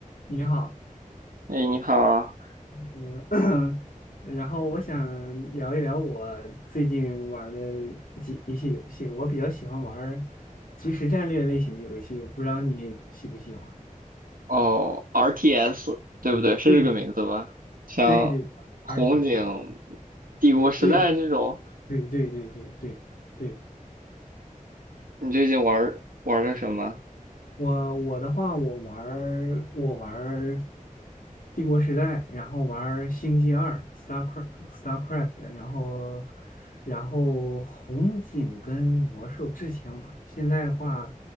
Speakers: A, on the left; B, on the right.
A: 你好，
B: 哎，你好，
A: 嗯，<clears throat> 然后我想聊一聊我最近玩儿的几一些游戏。我比较喜欢玩儿即时战略类型的游戏，我不知道你喜不喜欢？
B: 哦，RTS 对不对？是这个名字吧？
A: 对
B: 像红警、
A: 对对，RTS，
B: 帝国时代这种，
A: 对对对对对对对。
B: 你最近玩玩个什么？
A: 我我的话，我玩儿我玩儿《帝国时代》，然后玩儿《星际二》（Starcraft）、Starcraft，然后然后红警跟魔兽之前玩儿现在的话，